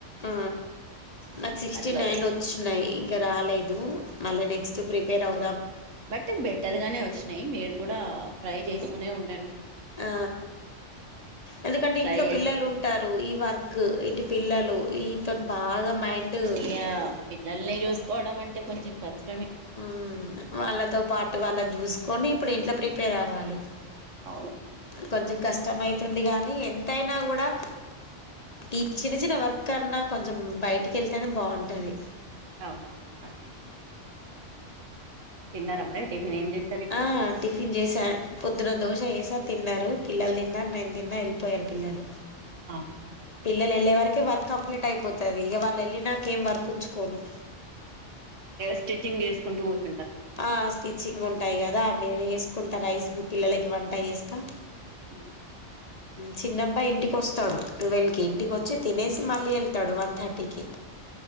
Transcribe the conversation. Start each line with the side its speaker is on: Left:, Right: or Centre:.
Left: ఆ నాకు సిక్స్టీ
Right: అట్లా
Left: నైన్
Right: అవుతుంది
Left: వచ్చినాయి ఇంక రాలేదు మళ్ళీ నెక్స్ట్ ప్రిపేర్ అవ
Right: బట్ బెటర్ గానె వచ్చినాయి మీరు కూడా ట్రై చేస్తూనే ఉండండి
Left: ఆ ఎందుకంటే
Right: ట్రై
Left: ఇంట్లొ
Right: చేస్త
Left: పిల్లలు ఉంటారు వర్క్ ఇటు పిల్లలు ఈతో బాగా మైండ్
Right: ఇయడ పిల్లల్ని చూసుకోవడం అంటే కొంచెం కష్టం
Left: ఉమ్ వాళ్ళతో పాటు వాళ్ళని చూసుకొని ఇప్పుడు ఇంట్లో ప్రిపేర్ అవ్వాలి
Right: అవును
Left: కొంచెం కష్టం అయితుంది కానీ ఎంతైనా కూడా ఈ చిన్న చిన్న వర్క్ అన్నా కొంచెం బయటికి వెళ్తేనే బాగుంటుది
Right: అవునవును అదైతే ఉంది తిన్నారా మరి టిఫిన్ ఏం ఛే
Left: ఆ టిఫిన్ చేసాను పొద్దున దోశ చేశా తిన్నారు పిల్లలు తిన్నారు నేను తిన్నా వెళ్ళిపోయారు పిల్లలు
Right: అవునా
Left: పిల్లలు వెళ్ళే వరకే వర్క్ కంప్లీట్ కట్ అయిపోతది ఇక వాళ్ళు వెళ్ళి నాక ఏం వర్క్ ఉంచుకోను
Right: స్టిచ్చింగ్ చేసుకుంటూ కూర్చు
Left: ఆ స్టిచ్చింగ్ ఉంటాయి కదా అవిఇవి చేసు కుంటా రైస్ పిల్లలకి వంట చేస్త
Right: ఉహూ
Left: చిన్నబ్బాయి ఇంటికి వస్తాడు టువల్కి ఇంటికి వచ్చి తినేసి మళ్ళీ వెళ్తాడు వన్ థర్టీకి